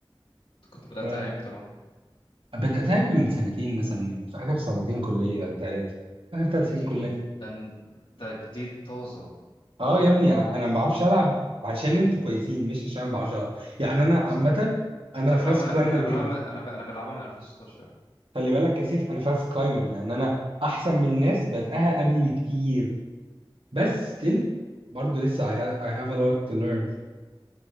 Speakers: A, on the left (about 75°); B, on the right (about 80°).
A: انت كنت بداتها
B: رايح
A: امتى بقى
B: بداتها من سنتين مثلا في اخر سنتين كليه أو ثلاثه اخر ثلاث
A: يا
B: سنين
A: ديني
B: كليه
A: ده انت جديد طازه
B: اه يا ابني انا ما بعرفش العب عشان انتوا كويسين مش عشان ما بعرفش العب يعني انا عامه
A: بالظبط
B: انا
A: انا
B: فاست
A: بلعبها من 2000
B: كلايمر
A: انا
B: جدا
A: بلعبها من... انا ب... انا بلعبها من 2016
B: خلي بالك يا سيف انا فاست كلايمر يعني انا احسن من ناس بدأها قبلي بكتير بس still برضه لسه I have, I have a lot to learn